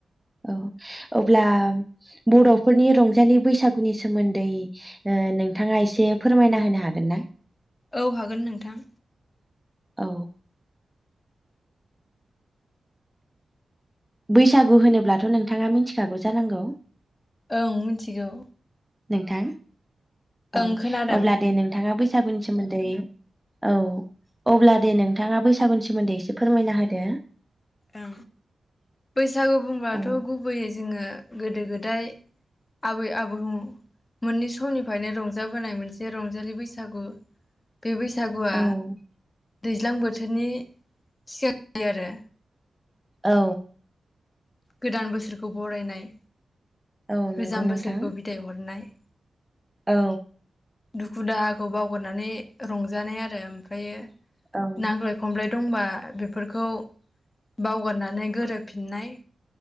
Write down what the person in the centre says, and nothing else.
औ अब्ला बर'फोरनि रंजालि बैसागुनि सोमोन्दै नोंथाङा एसे फोरमायना होनो हागोन ना?
औ। बैसागु होनोब्लाथ नोंथाङा मिथिखागौ जानांगौ।
नोंथां।
औ
अब्ला दे नोंथाङा बैसागुनि सोमोन्दै औ अब्ला दे नोंथाङा बैसागुनि सोमोन्दै एसे फोरमायना होदो।
औ
औ
औ।
औ नंगौ
नोंथां
औ।
औ